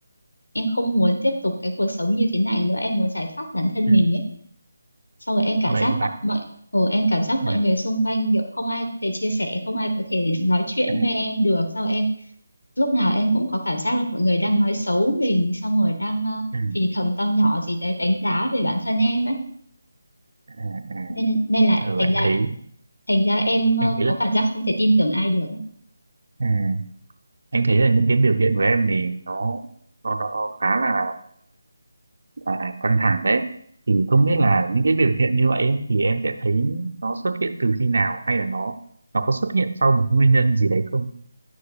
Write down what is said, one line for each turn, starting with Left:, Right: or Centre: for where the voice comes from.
Left: em không muốn tiếp tục cái cuộc sống như thế này nữa em muốn giải thoát bản thân
Right: ừ.
Left: mình ấy sau rồi em cảm
Right: vậy
Left: giác mọi
Right: và
Left: mọi ừ, em cảm giác
Right: ừ.
Left: mọi người xung quanh kiểu không ai có thể chia sẻ không ai có thể nói chuyện
Right: À,
Left: với em được sau em lúc nào em cũng có cảm giác là mọi người đang nói xấu mình xong rồi đang ờ,
Right: ừ.
Left: thì thầm to nhỏ gì đấy đánh giá về bản thân em ấy
Right: À, à.
Left: nên nên là
Right: ừ.
Left: thành
Right: anh
Left: ra
Right: thấy
Left: thành ra em ờ,
Right: anh thấy
Left: có
Right: là
Left: cảm giác không thể tin tưởng ai được ấy.
Right: ừ. anh thấy là những cái biểu hiện của em thì nó nó nó khá là à, căng thẳng đấy thì không biết là những cái biểu hiện như vậy ấy, thì em sẽ thấy nó xuất hiện từ khi nào hay là nó nó có xuất hiện sau một nguyên nhân gì đấy không